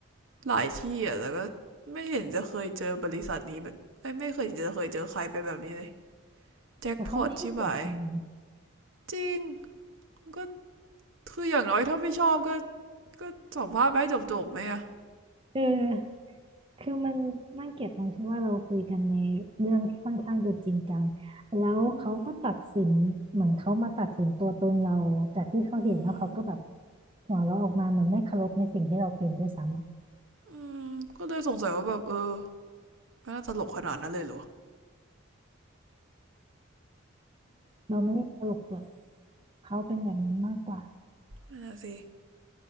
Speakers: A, on the right; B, on the right.
A: หลายที่อ่ะแต่ก็ไม่เห็นจะเคยเจอบริษัทนี้แบบไม่เคยจะเคยเจอใครไปแบบนี้เลยแจ็คพอตชิบหาย
B: แต่เขาไม่ให้เกียรติกันนะ
A: จริงมันก็ คืออย่างน้อยถ้าไม่ชอบก็ก็สัมภาษณ์ไปให้จบๆไหมอะ
B: เออคือมันน่าเกลียดตรงที่ว่าเราคุยกันในเรื่องที่ค่อนข้างจะจริงจังแล้วเขาก็ตัดสินเหมือนเขามาตัดสินตัวตนเราจากที่เขาเห็นแล้วเขาก็แบบ
A: อืมอืม
B: หัวเราะออกมาเหมือนไม่เคารพในสิ่งที่เราเป็นด้วยซ้ำอะ
A: อืมก็เลยสงสัยว่าแบบเออไมันน่าตลกขนาดนั้นเลยหรอ
B: เราไม่ได้เคารพหรอกเขาเป็นแบบนั้นมากกว่า
A: น่ะสิ